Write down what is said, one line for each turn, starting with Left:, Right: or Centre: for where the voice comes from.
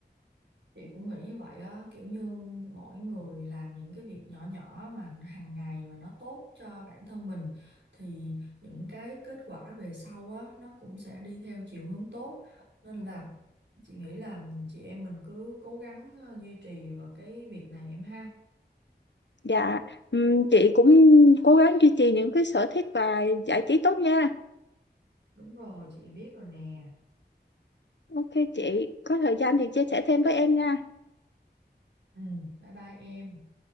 Right: Chị cũng nghĩ như vậy á, kiểu như mỗi người làm những cái việc nhỏ nhỏ mà hàng ngày và nó tốt cho bản thân mình thì những cái kết quả về sau á nó cũng sẽ đi theo chiều hướng tốt. Nên là chị nghĩ là chị em mình cứ cố gắng ờ, duy trì vào cái việc này em ha.
Left: Dạ, ừm, chị cũng cố gắng duy trì những cái sở thích và giải trí tốt nha.
Right: Đúng rồi, chị biết rồi nè.
Left: Ok chị, có thời gian thì chia sẻ thêm với em nha.
Right: Ừ, bye bye em.